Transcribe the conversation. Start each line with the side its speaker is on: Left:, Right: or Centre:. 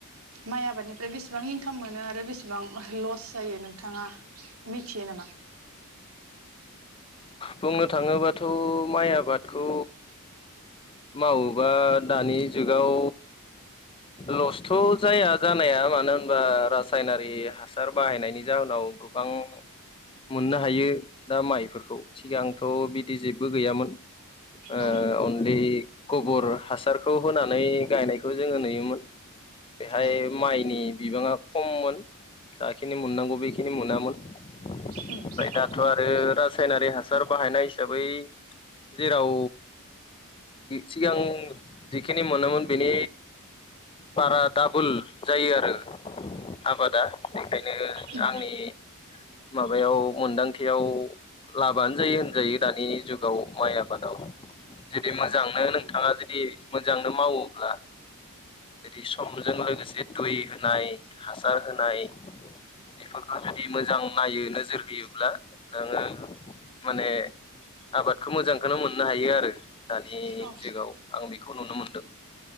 Right: माइ आबादनिफ्राय बेसेबां इनकाम मोनो आरो बेसेबां लस जायो नोंथाङा मिथियो नामा
Left: बुंनो थाङोबाथ' माइ आबादखौ मावोबा दानि जुगाव लस्थ' जाय जानाया मानो होनबा रासायनारि हासार बाहायनायनि जाहोनाव गोबां मोननो हायो दा माइफोरखौ सिगांथ' बिदि जेबो गैयामोन आ
Right: औ
Left: अलि गोबोर हासारखौ होनानै गायनायखौ जोङो नुयोमोन बेहाय
Right: औ
Left: माइनि बिबांङा खममोन जाखिनि मोननांगौ बेखिनि मोनामोन
Right: ओम
Left: ओमफ्राय
Right: <inaudible>
Left: दाथ' आरो रासायनारि हासार बाहायनाय हिसाबै जेराव सिगां जिखिनि मोनोमोन बेनि बारा डाबोल जायो आरो आबादा बेखायनो
Right: उम
Left: आंनि माबायाव मोनदांथियाव लाबानो जायो होनजायो दानि जुगाव माइ आबादाव बे मोजांनो
Right: अ
Left: नोंथाङा जुदि मोजांनो मावोब्ला जै समजों लोगोसे दै होनाय हासार होनाय बेफोरखौ जुदि मोजां नायो नोजोर होयोब्ला नोङो माने आबादखौ मोजांखौनो मोननो हायो आरो दानि
Right: अ
Left: जुगाव आं बेखौ नुनो मोनदों।